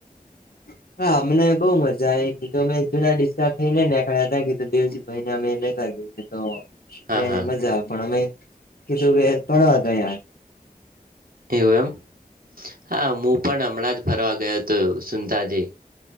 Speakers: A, on the left (about 90°); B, on the right (about 75°).
A: <inaudible> હા અમને બઉ મજા આઈ જો અમે જુના ડિસા થઈને નેકળ્યા હતા કે દેવજી ભાઈ ને અમે લેતા દેખે તો.
B: હા
A: એને
B: હા
A: મજા પણ અમે કીધું કે ભણવા ગયા.
B: એવું એમ હા મુપણ હમણાં જ ફરવા ગયો હતો સૂંધાજી.